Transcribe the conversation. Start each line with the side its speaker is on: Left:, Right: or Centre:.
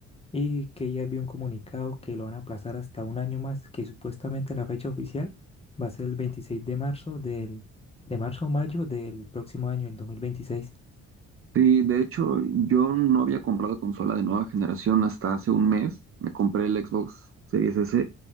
Left: y que ya había un comunicado que lo van a aplazar hasta un año más, que supuestamente la fecha oficial va a ser el 26 de marzo del, de marzo o mayo del próximo año, el dos mil veintiséis.
Right: Sí, de hecho, yo no había comprado consola de nueva generación hasta hace un mes. Me compré el Xbox Series S